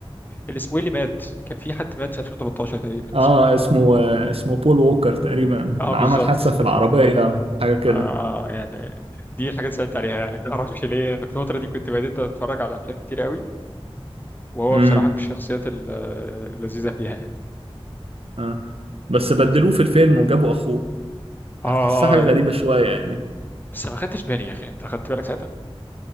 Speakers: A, on the left; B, on the right.
A: الاسبوعي اللي مات كان في حد مات في 2013 تقريبا
B: اه
A: اسمه ايه
B: اسمه آه، اسمه بول ووكر تقريبا
A: اه بالظبط
B: عمل حادثة في العربية حاجة كده
A: آه يعني دي الحاجات اللي سألت عليها يعني ما اعرفش ليه انا في الفتره دي كنت بديت اتفرج على افلام كتير قوي وهو
B: امم
A: بصراحه من الشخصيات ال- اللذيذه فيها يعني
B: آه. بس بدلوه في الفيلم وجابوا اخوه
A: اه
B: هتحسها
A: اه
B: حاجة غريبة شوية يعني
A: بس ما خدتش بالي يا اخي انت خدت بالك ساعتها